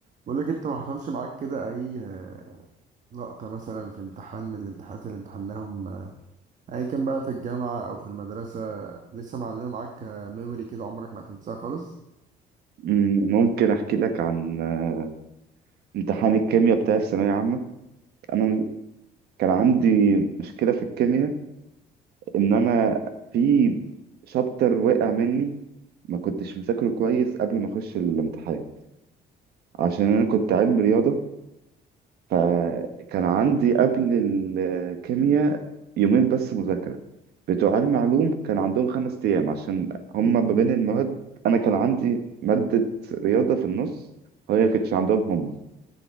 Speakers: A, on the right; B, on the right.
A: بقول لك انت ما حصلش معاك كده اي آه، لقطة مثلا في امتحان من الامتحانات اللي امتحناهم آه، ايا كان بقى في الجامعة او في المدرسة لسه معلمة معاك ميموري كده عمرك ما هتنساها خالص
B: م- ممكن احكي لك عن آه، امتحان الكيمياء بتاع الثانويه عامه انا كان عندي مشكله في الكيمياء ان انا في شابتر وقع مني ما كنتش مذاكره كويس قبل ما اخش الامتحان عشان انا كنت علم رياضه فكان عندي قبل الكيمياء يومين بس مذاكره بتوع علم علوم كان عندهم خمس ايام عشان هما ما بين المواد انا كان عندي ماده رياضه في النص هي ما كانتش عندهم هما